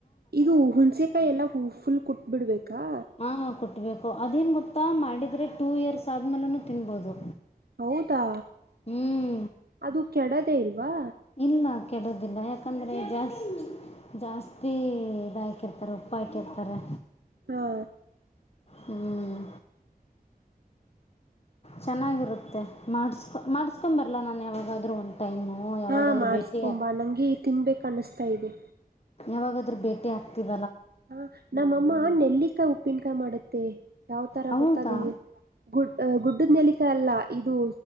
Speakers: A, on the right; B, on the left.
A: ಇದು ಹುಣ್ಸೆಕಾಯಿ ಎಲ್ಲ ಫುಲ್ ಕುಟ್ಬಿಡ್ಬೇಕಾ
B: ಹಾ ಕೊಟ್ಬೇಕು ಅದೇನ್ ಗೊತ್ತಾ ಮಾಡಿದ್ರೆ ಟೂ ಇಯರ್ಸ್ ಆದ್ಮೇಲನು ತಿನ್ಬೋದು
A: ಹೌದಾ
B: ಹ್ಞೂ
A: ಅದು ಕೆಡದೆೇ ಇಲ್ವಾ
B: ಇಲ್ಲ ಕೆಡುವುದಿಲ್ಲ ಯಾಕಂದ್ರೆ ಜಾಸ್ ಜಾಸ್ತಿ ಇದ ಹಾಕಿರ್ತಾರೆ ಉಪ್ಪ ಹಾಕಿರ್ತಾರೆ
A: ಹಾ
B: ಹ್ಮ್ ಚೆನ್ನಾಗಿರುತ್ತೆ ಮಾಡಸ್ಕೊ ಮಾಡಿಸಸ್ಕೊ್ಂಬರಲ್ಲ ನಾನು ಯಾವಾಗಾದರೂ ಒಂದು ಟೈಮು ಯಾವಾಗಾದರೂ
A: ಹಾ ಮಾಡಸ್ಕೊಂಬ
B: ಭೇಟಿ ಆಗಿ
A: ನಂಗೆ ತಿನ್ಬೇಕ ಅನಿಸ್ತಾ ಇದೆ
B: ಯಾವಾಗಾದ್ರೂ ಬೇಟೆ ಆಗ್ತಿವಿ
A: ಹಾ ನಮ್ಮಮ್ಮ ನೆಲ್ಲಿಕಾಯಿ ಉಪ್ಪಿನಕಾಯಿ ಮಾಡುತ್ತ <unintelligible> ಯಾವ್ ತರ
B: ಹೌದಾ
A: ಗೊತ್ತಾದ ಗುಡ್ ಗುಡ್ಡದ ನೆಲಿಕ ಅಲ್ಲ ಇದು